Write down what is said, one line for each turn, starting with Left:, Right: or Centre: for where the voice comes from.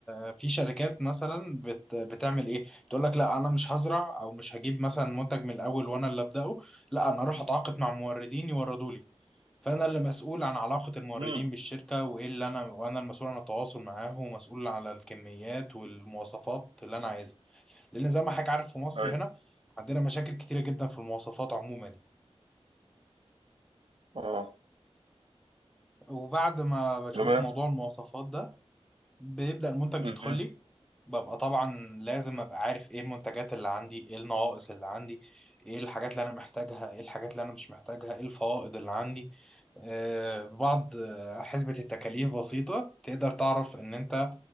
Centre: آه، في شركات مثلا بت بتعمل ايه تقول لك لا انا مش هزرع او مش هجيب مثلا منتج من الاول وانا اللي ابداه لا انا اروح اتعاقد مع موردين يوردوا لي فانا اللي مسؤول عن علاقه الموردين
Right: مم.
Centre: بالشركه وايه اللي انا وانا المسؤول عن التواصل معاهم ومسؤول على الكميات والمواصفات اللي انا عايزها لان زي ما حضرتك عارف في مصر
Right: ايوه
Centre: هنا عندنا مشاكل كتيره جدا في المواصفات عموما يعني
Right: اه
Centre: وبعد ما بشوف
Right: تمام
Centre: موضوع المواصفات ده بيبدا المنتج
Right: مم.
Centre: يدخل لي ببقى طبعا لازم ابقى عارف ايه المنتجات اللي عندي ايه النواقص اللي عندي ايه الحاجات اللي انا محتاجها ايه الحاجات اللي انا مش محتاجها ايه الفوائض اللي عندي آه، بعض آه، حسبة التكاليف بسيطة تقدر تعرف ان انت